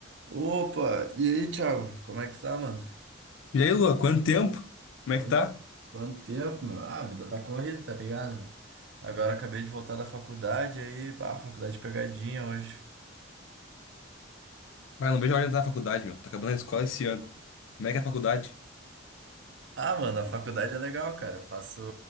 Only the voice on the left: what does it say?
E aí, Lua, quanto tempo? Como
é que tá?
Ah, não vejo a hora de entrar na faculdade, meu. Tá acabando a escola esse ano. Como é que é a faculdade?